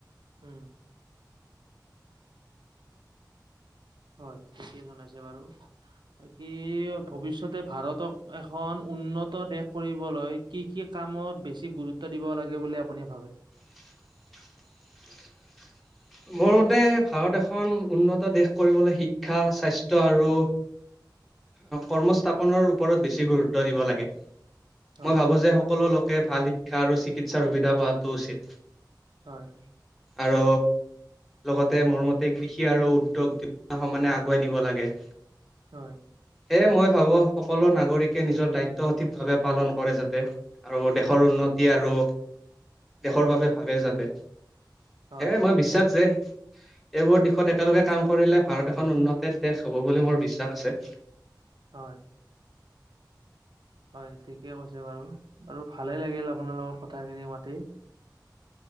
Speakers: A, on the right (about 85°); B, in the centre.
A: হম। হয় ঠিকে জনাইছে বাৰু কি ভৱিষ্যতে ভাৰতক এখন উন্নত দেশ কৰিবলৈ কি কি কামত বেছি গুৰুত্ব দিব লাগে বুলি আপুনি ভাবে
B: <unintelligible> মোৰ মতে ভাৰত এখন উন্নত দেশ কৰিবলৈ শিক্ষা স্বাস্থ্য আৰু কৰ্মস্থাপনৰ ওপৰত বেছি গুৰুত্ব দিব লাগে।
A: হয়।
B: মই ভাবোঁ যে সকলো লোকে ভাল শিক্ষা আৰু চিকিৎসাৰ সুবিধা পোৱাটো উচিত।
A: হয়।
B: আৰু লগতে মোৰ মতে কৃষি আৰু উদ্যোগ দুইয়োটা সমানে আগুৱাই নিব লাগে।
A: হয়।
B: এহ মই ভাবোঁ সকলো নাগৰিকে নিজৰ দায়িত্ব সঠিকভাৱে পালন কৰে যাতে আৰু দেশৰ উন্নত এ আৰু দেশৰ বাবে ভাগে যাতে সেইকাৰে
A: হয়,
B: মই বিশ্বাস <inaudible> এইবোৰ দিশত একেলগে কাম কৰিলে ভাৰত এখন উন্নতিৰ দেশ হব বুলি মোৰ বিশ্বাস আছে।
A: হয়। হয় ঠিকে কৈছে বাৰু বাৰু ভালে লাগিল আপোনাৰ লগত কথাখিনি পাতি